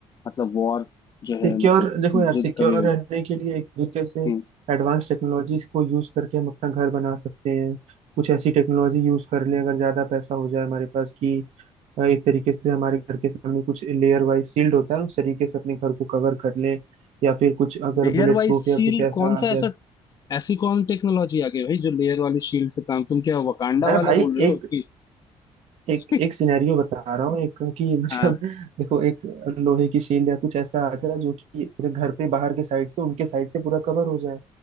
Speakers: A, on the left; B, on the right.
A: मतलब वॉर जो है
B: सिक्योर
A: मतलब
B: देखो यार
A: युद्ध
B: सिक्योर
A: कभी हो
B: रहने के लिए एक तरीके से
A: हम्म।
B: एडवांस टेक्नोलॉजीज को यूज करके हम अपना घर बना सकते हैं कुछ ऐसी टेक्नोलॉजी यूज कर लें अगर ज्यादा पैसा हो जाए हमारे पास कि अ, एक तरीके से हमारे घर के सामने कुछ लेयर वाइज सील्ड होता है उस तरीके से अपने घर को कवर कर लें या फिर कुछ अगर
A: लेयर
B: बुलेट
A: वाइज
B: प्रूफ
A: शील्ड
B: या कुछ ऐसा
A: कौन सा
B: आ जाए
A: ऐसा ऐसी कौन टेक्नोलॉजी आ गई भाई जो लेयर वाली शील्ड से काम तुम क्या वकांडा
B: मैं
A: वाला
B: भाई
A: बोल रहे
B: एक
A: हो कि
B: एक
A: <laughs>
B: एक सिनेरियो बता रहा हूँ एक कि मतलब
A: हाँ
B: <laughs> देखो एक लोहे की शील्ड या कुछ ऐसा आ जाए जो कि पूरे घर पे बाहर के साइड से उनके साइड से पूरा कवर हो जाए